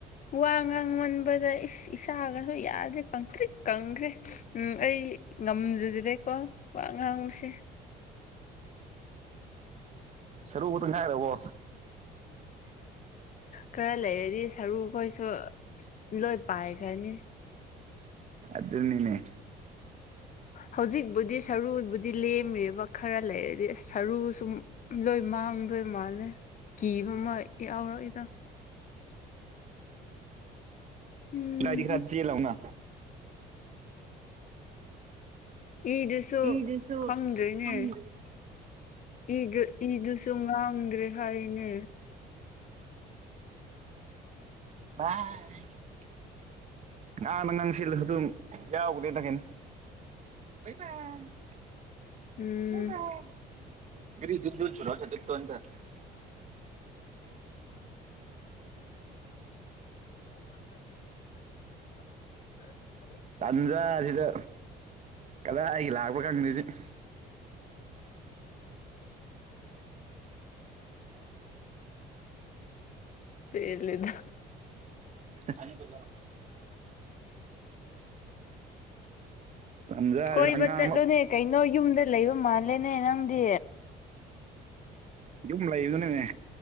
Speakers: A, on the left; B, on the right.
A: ꯋꯥ ꯉꯥꯡꯃꯟꯕꯗ ꯏꯁ ꯏꯁꯥꯒꯁꯨ ꯌꯥꯗ꯭ꯔꯦ ꯀꯪꯇ꯭ꯔꯤꯛ ꯀꯪꯈ꯭ꯔꯦ ꯎꯝ ꯑꯩ ꯉꯝꯖꯗꯔꯦꯀꯣ ꯋꯥ ꯉꯥꯡꯕꯁꯦ
B: ꯁꯔꯨ ꯈꯇ ꯉꯥꯏꯔꯕꯣ
A: ꯈꯔ ꯂꯩꯔꯗꯤ ꯁꯔꯨꯈꯣꯏꯁꯨ ꯂꯣꯏ ꯄꯥꯏꯈ꯭ꯔꯅꯤ
B: ꯑꯗꯨꯅꯤꯅꯦ
A: ꯍꯧꯖꯤꯛꯕꯨꯗꯤ ꯁꯔꯨꯕꯨꯗꯤ ꯂꯦꯝꯃꯤꯕ ꯈꯔ ꯂꯩꯔꯗꯤ ꯏꯁ ꯁꯔꯨ ꯁꯨꯝ ꯂꯣꯏ ꯃꯥꯡꯗꯣꯏ ꯃꯥꯜꯂꯦ ꯀꯤꯕ ꯑꯃꯥ ꯌꯥꯎꯔꯛꯏꯗ <inaudible> ꯎꯝ
B: ꯀꯤꯗꯥꯏꯗꯤ ꯈꯔ ꯑꯝ ꯆ‌ꯦ ꯂꯥꯎꯅ
A: ꯏꯗꯨꯁꯨ
B: ꯏ ꯗꯁꯨ
A: ꯈꯪꯗ꯭ꯔꯦꯅꯦ
B: ꯈꯪꯗꯔ‌ꯦ
A: ꯏꯗꯨ ꯏꯗꯨꯁꯨ ꯉꯥꯡꯗ꯭ꯔꯦ ꯍꯥꯏꯅꯦ
B: <unintelligible> <unintelligible> ꯉꯍꯥꯟꯅ ꯉꯥꯡꯁꯤꯜ ꯂꯁꯨ ꯗꯨꯝ ꯌꯥꯎꯒꯗ‌ꯣꯏꯗ ꯀꯩꯅꯣ <unintelligible>
A: ꯎꯝ
B: <unintelligible>
A: <inaudible>
B: ꯇꯟꯖꯥ ꯁꯤꯗ ꯀꯗꯥꯏ ꯒꯤ ꯂꯥꯛꯄꯔ ꯈꯪꯗ‌ꯦ ꯁꯤ
A: ꯇ‌ꯦꯜꯂ‌ꯦꯗ
B: ꯑꯅꯤ ꯀꯨꯜꯂꯣ ꯇꯟꯖꯥꯁꯤꯗ
A: ꯀꯣꯏꯕ
B: ꯑꯉꯥꯡ
A: ꯆꯠꯂꯨꯅꯦ
B: ꯑꯃ
A: ꯀꯩꯅꯣ ꯌꯨꯝꯗ ꯂꯩꯕ ꯃꯥꯜꯂꯦꯅꯦ ꯅꯪꯗꯤ
B: ꯌꯨꯝ ꯂꯩꯕꯅꯦ